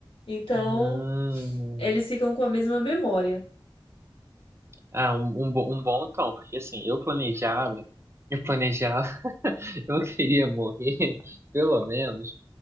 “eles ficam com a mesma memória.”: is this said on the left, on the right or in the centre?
Left